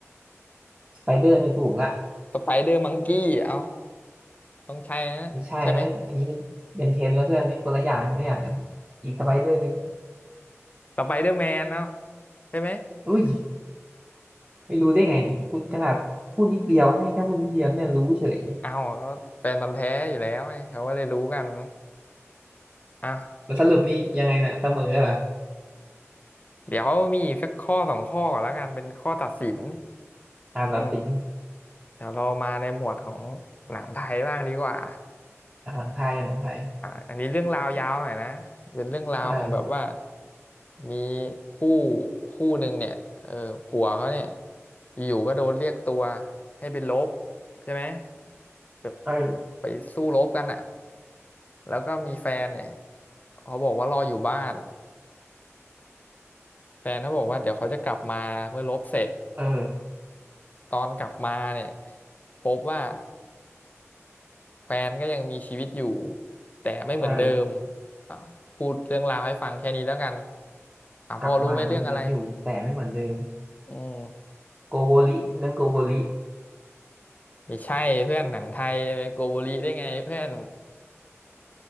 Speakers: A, on the right; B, on the left.
A: สไปเดอร์เนี่ยถูกละ
B: สไปเดอร์มังกี้เอาต้องใช่นะใช่ไหม
A: ไม่ใช่นะอันนี้มันเป็นเทรนแล้วเพื่อนนี่คนละอย่างคนละอย่างกันอีกสบายเรื่องหนึง
B: <laughs> สไปเดอร์แมนเอาใช่ไหม
A: อุ้ยไม่รู้ได้ไงนี่กูขนาดพูดนิดเดียวให้แค่พูดนิดเดียวเนี่ยรู้เฉย
B: เอาก็แฟนมันธุ์แท้อยู่แล้วไงเขาก็เลยรู้กันอ่ะ
A: แล้วสรุปนี่ยังไงเนี่ยเสมอเหรอ
B: เดี๋ยวมีอีกสักข้อสองข้อก่อนแล้วกันเป็นข้อตัดสิน
A: อ่านแบบติง
B: อืมเดี๋ยวเรามาในหมวดของหนังไทยบ้างดีกว่า
A: อ่านหลังไทยหลังไทย
B: อ่าอันนี้เรื่องราวยาวหน่อยนะเป็นเรื่องราวของแบบว่า
A: เออ
B: มีคู่คู่หนึ่งเนี่ยเออผัวเขาเนี่ยอยู่ๆก็โดนเรียกตัวให้ไปรบใช่ไหมแบบ
A: เออ
B: ไปสู้รบกันอ่ะแล้วก็มีแฟนเนี่ยเขาบอกว่ารออยู่บ้านแฟนเขาบอกว่าเดี๋ยวเขาจะกลับมาเมื่อรบเสร็จ
A: เออ
B: ตอนกลับมาเนี่ยพบว่า แฟนก็ยังมีชีวิตอยู่แต่ไม่เหมือนเดิม
A: เออ
B: อ่าพูดเรื่องราวให้ฟังแค่นี้แล้วกันอ่าพอรู้ไหมเรื่องอะไร
A: กลับมามีชีวิตอยู่แต่ไม่เหมือนเดิม
B: อืม
A: โกโบริเรื่องโกโบริ
B: ไม่ใช่เพื่อนหนังไทยไปโกโบริได้ไงเพื่อน